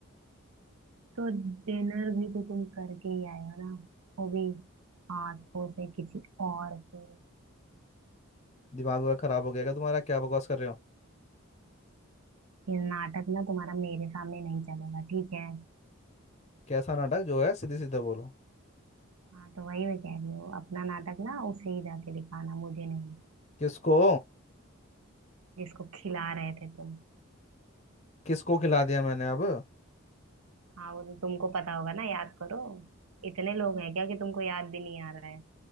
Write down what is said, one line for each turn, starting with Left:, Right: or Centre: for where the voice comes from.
Right: तो डिनर भी तो तुम करके ही आए हो ना वो भी हाथों से किसी और के
Left: दिमाग वगैरह खराब हो गया क्या तुम्हारा क्या बकवास कर रहे हो
Right: ये नाटक ना तुम्हारा मेरे सामने नहीं चलेगा ठीक है
Left: कैसा नाटक जो है सीधे सीधे बोलो
Right: हाँ तो वही मैं कह रही हूँ अपना नाटक ना उसे ही जाके दिखाना मुझे नहीं
Left: किसको
Right: जिसको खिला रहे थे तुम
Left: किसको खिला दिया मैंने अब
Right: हाँ वो तो तुमको पता होगा ना याद करो इतने लोग हैं क्या कि तुमको याद भी नहीं आ रहा है